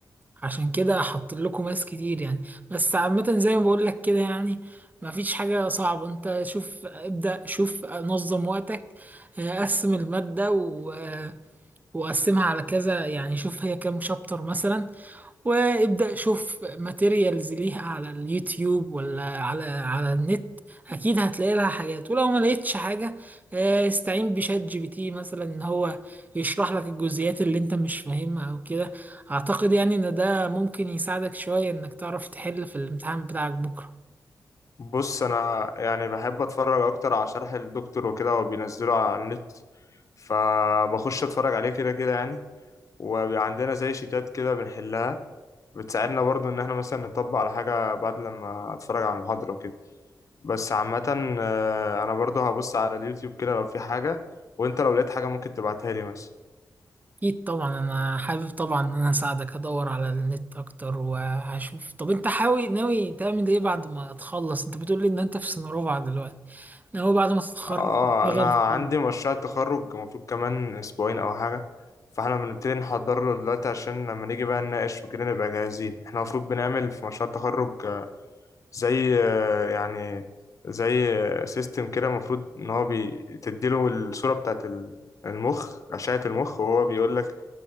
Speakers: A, on the right; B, on the left.
A: عشان كده حاطين لكم ناس كتير يعني بس عامة زي ما بقول لك كده يعني مفيش حاجة صعبة انت شوف ابدأ شوف نظم وقتك آه، قسم المادة و- آه، وقسمها على كذا يعني شوف هي كام شابتر مثلا وابدأ شوف ماتيريالز ليها على اليوتيوب ولا على على النت اكيد هتلاقي لها حاجات ولو ما لقيتش حاجة آه، استعين بشات جي بي تي مثلا ان هو يشرح لك الجزئيات اللي انت مش فاهمها او كده اعتقد يعني ان ده ممكن يساعدك شوية انك تعرف تحل في الامتحان بتاعك بكرة
B: بص انا يعني بحب اتفرج اكتر على شرح الدكتور وكده هو بينزله على النت فبخش اتفرج عليه كده كده يعني وبيبقى عندنا زي شيتات كده بنحلها بتساعدنا برضو ان احنا مثلا نطبق على حاجة بعد لما اتفرج على المحاضرة وكده بس عامة آه، انا برضو هبص على اليوتيوب كده لو في حاجة وانت لو لقيت حاجة ممكن تبعتها لي مثلا
A: اكيد طبعا انا حابب طبعا ان انا اساعدك ادور على النت اكتر وهشوف طب انت حاوي ناوي تعمل ايه بعد ما تخلص انت بتقول لي ان انت في سنة رابعة دلوقتي هو بعد ما تتخرج
B: اه
A: تشتغل
B: انا عندي
A: في
B: مشروع تخرج المفروض كمان اسبوعين او حاجة فاحنا بنبتدي نحضر له دلوقتي عشان لما نيجي بقى نناقش وكده نبقى جاهزين احنا المفروض بنعمل في مشروع التخرج آه، زي آه، يعني زي سيستم كده المفروض ان هو بتديله الصورة بتاعت ال- المخ أشعة المخ وهو بيقول لك